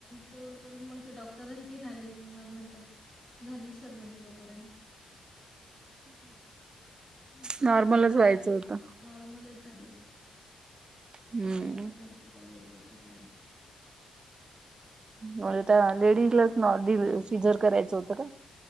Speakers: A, on the left (about 35°); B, on the right (about 45°).
A: तेवढं करून मग ते डॉ टर अन तेन आले, मग म म्हणतात झाली सर म्हणे तोपर्यंत. हं,
B: नॉर्मलच
A: आमचं रात्री
B: व्हायचं होतं.
A: नॉर्मलच झाली मग तिला,
B: हम्म
A: खूप लवकर झाली तिला लय वेळ घेतला नाही.
B: म्हणजे त्या लेडीजलाच ना शिजर करायचं होतं का?